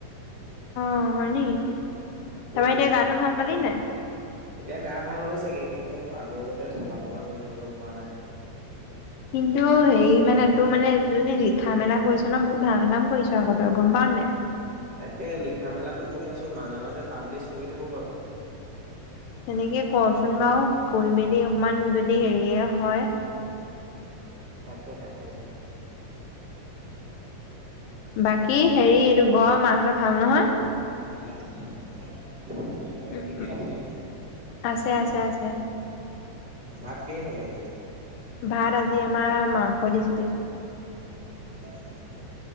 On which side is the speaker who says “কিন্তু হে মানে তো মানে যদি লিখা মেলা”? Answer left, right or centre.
Left